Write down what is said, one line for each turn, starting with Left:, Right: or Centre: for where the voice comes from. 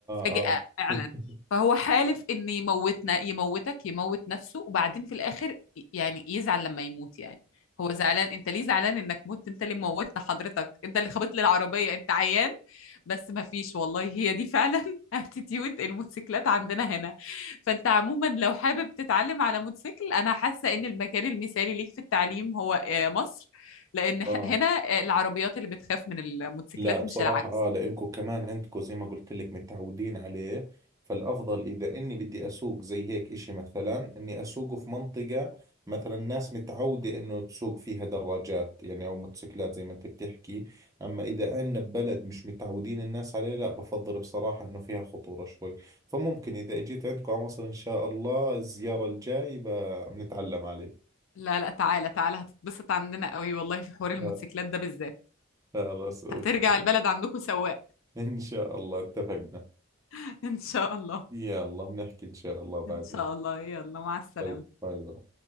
Left: فجأة
Right: اه
Left: فعلا
Right: <laughs>
Left: فهو حالف ان يموتنا يموتك يموت نفسه وبعدين في الاخر يعني يزعل لما يموت يعني هو زعلان انت ليه زعلان انك مت انت اللي موتنا حضرتك انت اللي خبطت لي العربية انت عيان بس ما فيش والله هي دي فعلا <laughs> اتيتيود الموتوسيكلات عندنا هنا فانت عموما لو حابب تتعلم على موتوسيكل انا حاسة ان المكان المثالي ليك في التعليم هو آه، مصر لان
Right: اه
Left: ح- هنا آه، العربيات اللي بتخاف من الموتوسيكلات
Right: لا بصراحة
Left: مش العكس
Right: اه لانكم كمان عندكم زي ما قلت لك متعودين عليه فالافضل اذا اني بدي اسوق زي هيك اشي مثلا اني اسوقه في منطقة مثلا ناس متعودة انه تسوق فيها دراجات يعني او موتوسيكلات زي ما انت بتحكي اما اذا عندنا ببلد مش متعودين الناس عليه لا بفضل بصراحة انه فيها خطورة شوي فممكن اذا اجيت عندكم على مصر ان شاء الله الزيارة الجاي ب- بنتعلم عليه
Left: لا لا تعالى تعالى هتتبسط عندنا قوي والله في حوار
Right: خ-
Left: الموتوسيكلات ده بالذات
Right: خلص اوكي
Left: هترجع البلد عندكم سواق
Right: ان شاء الله اتفقنا
Left: <laughs> ان شاء الله
Right: يلا بنحكي ان شاء الله بعدين
Left: ان شاء الله يلا مع السلامة
Right: طيب طيب